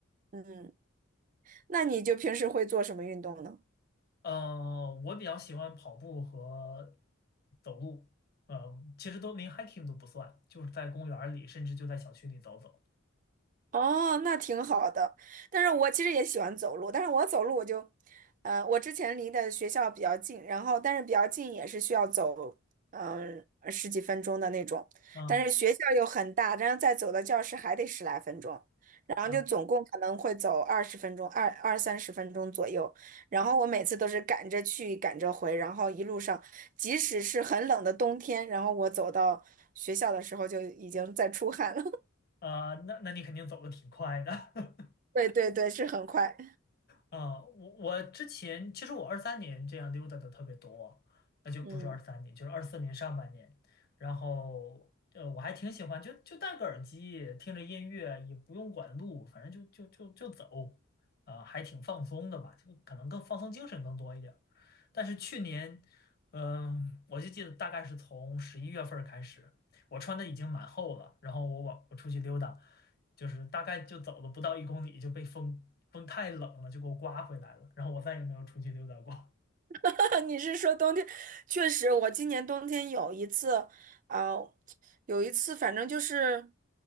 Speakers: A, on the right; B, on the left.
A: 嗯，那你就平时会做什么运动呢？
B: 呃，我比较喜欢跑步和走路，嗯、其实都连 hiking 都不算，就是在公园儿里，甚至就在小区里走走。
A: 哦，那挺好的。但是我其实也喜欢走路，但是我走路我就，呃，我之前离的学校比较近，然后但是比较近也是需要走，嗯，十几分钟的那种。
B: 啊
A: 但是学校又很大，然后再走到教室还得十来分钟，然后就总共可能会走二十分钟，
B: 啊
A: 二二三十分钟左右。然后我每次都是赶着去，赶着回，然后一路上，即使是很冷的冬天，然后我走到学校的时候就已经在出汗了。<laughs>
B: 啊，那那你肯定走的挺快的。<laughs>
A: 对对对，是很快。
B: 啊，我我之前其实我二三年这样溜达的特别多，那就不是二三年，
A: 嗯，
B: 就是二四年上半年。然后呃，我还挺喜欢，就就戴个耳机，听着音乐，也不用管路，反正就就就就走，啊、还挺放松的吧，就可能更放松精神更多一点。但是去年，嗯、我就记得大概是从十一月份儿开始，我穿的已经蛮厚了，然后我往我出去溜达，就是大概就走了不到一公里就被风风太冷了，就给我刮回来了，然后我再也没有出去溜达过。
A: <laughs> 你是说冬天？确实，我今年冬天有一次，啊、有一次，反正就是，